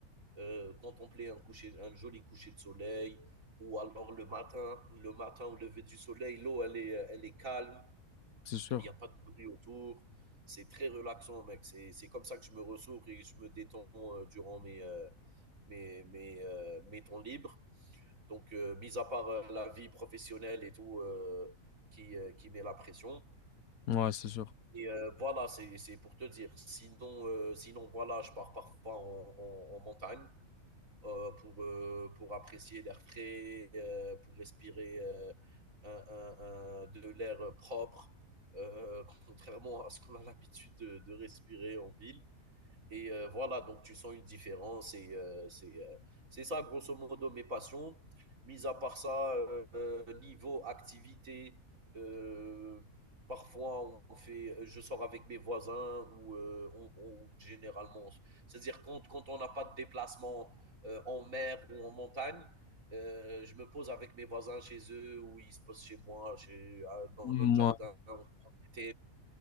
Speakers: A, on the right (about 60°); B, on the left (about 70°).
A: heu, contempler un coucher un joli coucher de soleil ou alors le matin le matin au lever du soleil, l'eau elle est, elle est calme,
B: c'est sûr.
A: il y a pas de bruit autour. C'est très relaxant mec, c'est c'est comme ça que je me ressource et que je me détends, heu, durant mes, heu, mes mes, heu, mes temps libres. Donc, euh, mis à part euh, la vie professionnelle et tout, euh, qui, euh, qui met la pression.
B: Ouais, c'est sûr.
A: Et euh, voilà, c'est c'est pour te dire. Sinon, euh, sinon voilà, je pars parfois en, en, en montagne euh, pour, euh, pour apprécier l'air frais, euh, pour respirer euh, un, un, un, de l'air propre, euh, <laughs> contrairement à ce qu'on a l'habitude de, de, respirer en ville. Et euh, voilà, donc tu sens une différence. Et euh, c'est euh, c'est ça, grosso modo, mes passions. Mis à part ça, euh, euh, niveau activité, euh, parfois on fait, euh, je sors avec mes voisins ou euh, on, on- généralement, c'est-à-dire quand, quand on n'a pas de déplacement euh, en mer ou en montagne, euh, je me pose avec mes voisins chez eux ou ils se posent chez moi, chez, euh, dans
B: Moi,
A: notre jardin, on se prend des